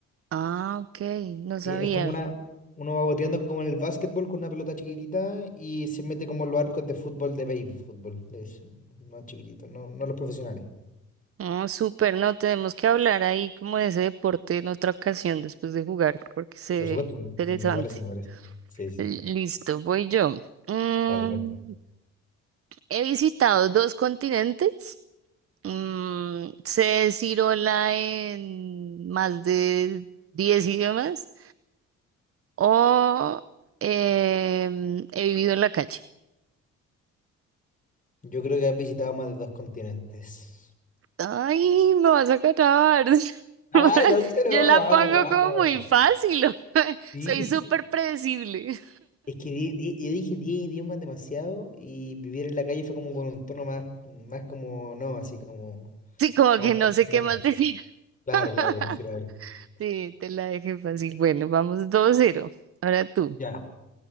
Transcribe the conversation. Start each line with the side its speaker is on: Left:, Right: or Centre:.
Right: Ah, ok, no sabía.
Left: Y es como una, uno va boteando como en el básquetbol con una pelota chiquitita y se mete como en los arcos de fútbol de baby fútbol, de eso, no chiquitito no, no los profesionales.
Right: Oh, súper, no, tenemos que hablar ahí como de ese deporte en otra ocasión después de jugar, porque se
Left: Por
Right: ve
Left: supuesto,
Right: interesante.
Left: me, me parece, me parece. Sí, sí,
Right: L- Listo, voy yo. Mm,
Left: dale cuenta.
Right: he visitado dos continentes. Mm, sé decir hola en más de 10 idiomas o em, he vivido en la calle.
Left: Yo creo que has visitado más de dos continentes.
Right: Ay, me vas a catar. <laughs>
Left: Ay, no sé,
Right: Yo
Left: no,
Right: la
Left: vamos,
Right: pongo
Left: vamos.
Right: como muy fácil. <laughs>
Left: Sí.
Right: Soy súper predecible.
Left: Es que die- die- yo dije 10 idiomas demasiado y vivir en la calle fue como con un tono más, más como, no, así como,
Right: Sí, como
Left: como
Right: que
Left: por
Right: no
Left: decir
Right: sé qué
Left: algo.
Right: más decir.
Left: Claro,
Right: <laughs>
Left: claro, por decir algo.
Right: Sí, te la dejé fácil. Bueno, vamos dos cero. Ahora tú.
Left: Ya,